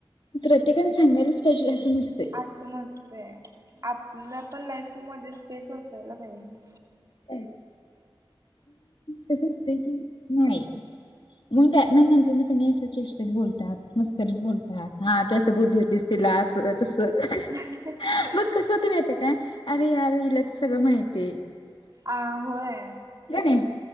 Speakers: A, on the left; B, on the right.
A: प्रत्येकाने सांगायलाच पाहिजेल असं नसत
B: असं नस्तयआपला पण लाईफ मध्ये स्पेस असायला पाहिज ना
A: पण तस असतं की नाही मग त्यात नंतर क अस चेष्टेत बोलतात मस्करीत बोलतात हा तू असं बोलली होतीस तिला असं तसं
B: <inaudible>
A: मग कसं होत माहितय काय अरे यार हिला तर सगळं माहितीय
B: अ होय
A: गण